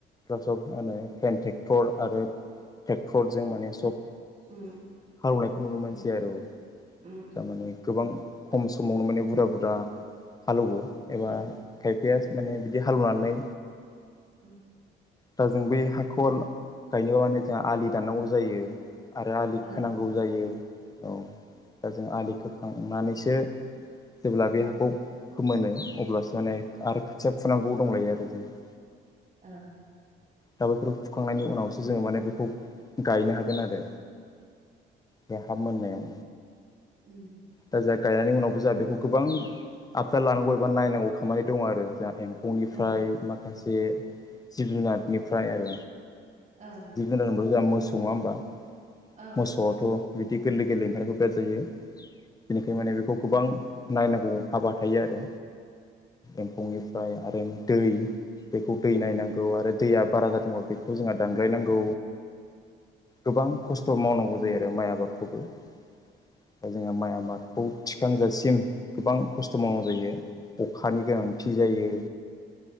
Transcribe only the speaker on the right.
उम
उम
उम
ओ
ओम
औ
उम
ओम
उम
औ उम औ औ उम औ उम
उम
औ औ
औ उम औ